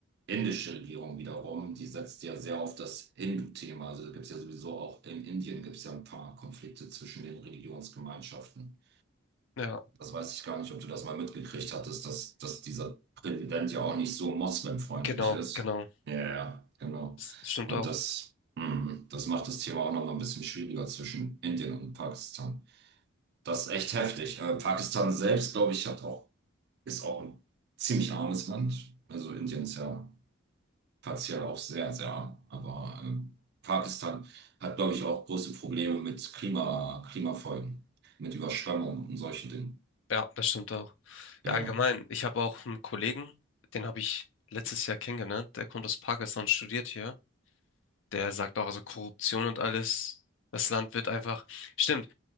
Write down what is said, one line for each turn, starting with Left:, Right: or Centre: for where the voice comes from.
Right: indische Regierung wiederum, die setzt ja sehr auf das Hindu-Thema. Also da gibt es ja sowieso auch in Indien gibt es ja ein paar Konflikte zwischen den Religionsgemeinschaften.
Left: Ja,
Right: Das weiß ich gar nicht, ob du das mal mitgekriegt hattest, dass, dass dieser Präsident ja auch nicht so moslemfreundlich
Left: genau,
Right: ist.
Left: genau.
Right: Ja, ja, ja, genau.
Left: Das stimmt
Right: Und
Left: auch.
Right: das, hm, das macht das Thema auch noch mal ein bisschen schwieriger zwischen Indien und Pakistan. Das ist echt heftig. Äh, Pakistan selbst, glaube ich, hat auch, ist auch ein ziemlich armes Land. Also Indien ist ja partiell auch sehr, sehr arm. Aber ähm, Pakistan hat, glaube ich, auch große Probleme mit Klima, Klimafolgen, mit Überschwemmungen und solchen Dingen.
Left: Ja, das stimmt auch.
Right: Ja.
Left: Ja, allgemein,
Right: ja.
Left: ich habe auch einen Kollegen, den habe ich letztes Jahr kennengelernt. Der kommt aus Pakistan, studiert hier. Der sagt auch, also Korruption und alles, das Land wird einfach. Stimmt,